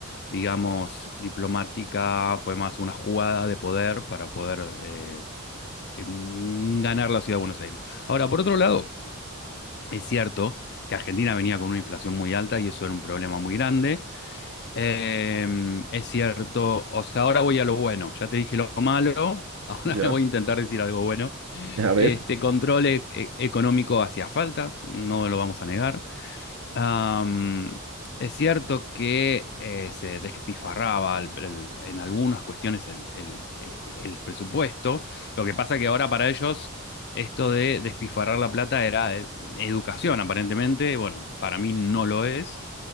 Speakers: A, on the left (about 50°); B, on the right (about 75°).
A: digamos, diplomática, fue más una jugada de poder para poder eh, em, ganar la ciudad de Buenos Aires. Ahora, por otro lado, es cierto que Argentina venía con una inflación muy alta y eso era un problema muy grande. Em, es cierto, o sea, ahora voy a lo bueno, ya te dije lo malo. <laughs> Ahora
B: ya.
A: voy a intentar decir algo bueno.
B: A ver.
A: Este control e- e- económico hacía falta, no lo vamos a negar. Am, es cierto que eh, se despifarraba el- el- en algunas cuestiones el, el- eh, el presupuesto. Lo que pasa que ahora para ellos esto de despifarrar la plata era eh, educación, aparentemente. Bueno, para mí no lo es.